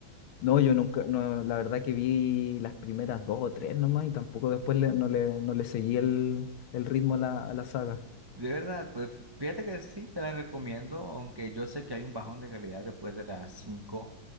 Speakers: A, on the left (about 85°); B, on the right (about 40°).
A: No, yo nunca, no, la verdad que vi las primeras dos o tres nomás y tampoco después le- no le, no le seguí el, el ritmo a la, a la saga.
B: De verdad, pues fíjate que sí, te la recomiendo, aunque yo sé que hay un bajón de calidad después de las cinco,